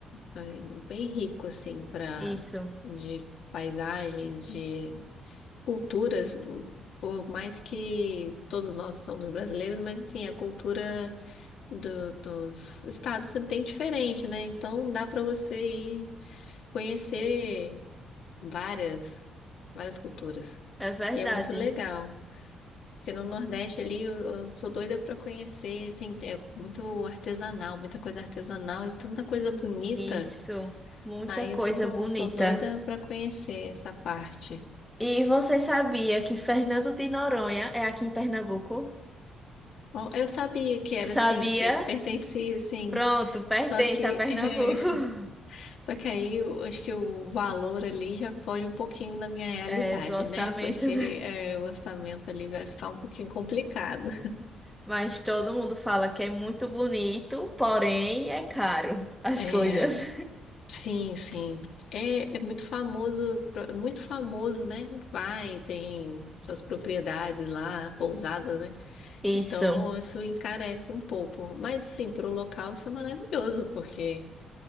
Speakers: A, on the left (about 70°); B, in the centre.
A: É Bem rico, assim, para
B: Isso.
A: de paisagens, de culturas. Por mais que todos nós somos brasileiros, mas assim, a cultura do- dos estados é bem diferente, né? Então dá para você ir conhecer várias, várias culturas.
B: É verdade.
A: E é muito legal. Porque no Nordeste ali eu, eu sou doida para conhecer, assim, é muito artesanal, muita coisa artesanal e tanta coisa bonita.
B: Isso. Muita
A: Aí
B: coisa
A: eu fico,
B: bonita.
A: sou doida para conhecer essa parte.
B: E você sabia que Fernando de Noronha é aqui em Pernambuco?
A: Bom, eu sabia que era
B: Sabia?
A: assim, que pertencia assim,
B: Pronto, pertence
A: só que
B: a Pernambuco.
A: eh, <laughs>
B: <laughs>
A: só que aí eu acho que o valor ali já foge um pouquinho da minha realidade,
B: É do orçamento,
A: né? Porque
B: né?
A: eh, o orçamento ali vai ficar um pouquinho complicado.
B: Mas todo mundo fala que é muito bonito, porém é caro as
A: é
B: coisas.
A: Sim, sim. É, é muito famoso, é muito famoso, né? Vai, tem suas propriedades lá, pousadas, né?
B: <laughs>
A: Então,
B: Isso,
A: isso encarece um pouco. Mas, assim, para o local isso é maravilhoso, porque